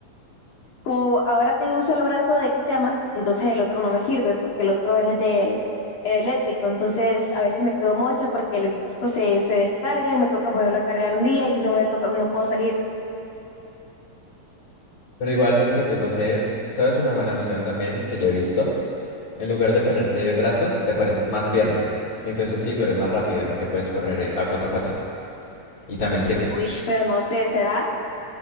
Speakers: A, on the left; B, on the left.
A: como ahora tengo un solo brazo de quechama, entonces el otro no me sirve porque el otro es del el eléctrico. Entonces, a veces me quedo mocha porque el eléctrico se, se descarga y me toca ponerlo a cargar un día y no me toca, no puedo salir.
B: Pero igualmente, pues no sé, ¿sabes una buena opción también que yo he visto? En lugar de ponerte brazos, te pones más piernas. Entonces así tú eres más rápida porque puedes correr eh, a cuatro patas. Y también sirve.
A: Wish, pero no sé, ¿será?